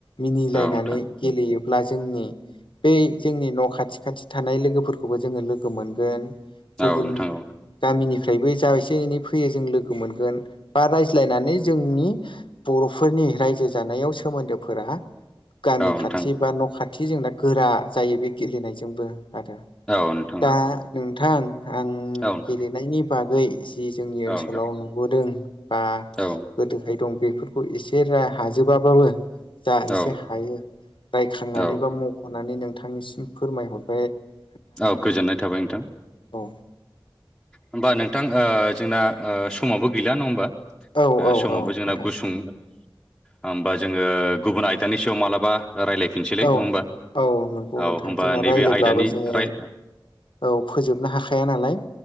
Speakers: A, on the left (about 80°); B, in the centre.
A: मिनिलायनानै
B: औ नोंथां
A: गेलेयो अब्ला जोंनि बै जोंनि न' खाथि खाथि थानाय लोगोफोरखौबो जोङो लोगो मोनगोन ‌। गुबुन
B: औ नोंथां
A: गामिनिफ्रायबो जा एसे एनै फै फैयो जों लोगो मोनगोन बा रायज्लायनानै जोंनि बर'फोरनि रायजो जानायाव सोम सोमोन्दोफोरा गामि
B: औ नोंथां
A: खाथि बा न' खाथि जोंना गोरा जायो बे गेलेनायजोंबो। आरो
B: औ नोंथां
A: दा नोंथां आं
B: औ नोंथां
A: गेलेनायनि बागै जि जोंनि ओनसोलाव
B: औ नोंथां
A: नुबोदों बा
B: औ
A: गोदोहाय दं बे बेफोरखौ एसे र हाजोबाबाबो जा एसे
B: औ
A: हायो रायखांनानैबा
B: औ
A: मख' होननानै नोंथांनिसिम फोरमायहरबाय आरो।
B: औ गोजोननाय थाबाय नोंथां।
A: औ
B: होनबा नोंथां ओ जोंना ओ समावबो गैला नङा होमबा?
A: औ
B: ओ
A: औ
B: समावबो
A: औ
B: जोंना
A: नोंथां
B: गुसुं होमबा जोङो गुबुन आयदानि सायाव मा्लाबा ओ रायज्लायफिनसैलै
A: औ
B: नङा होमबा?
A: औ नंगौ
B: औ
A: नोंथां
B: होमबा
A: जोंना
B: नैबे
A: रायज्लायब्लाबो
B: आयदानि
A: जोङो
B: राय
A: औ फोजोबनो हाखाया नालाय।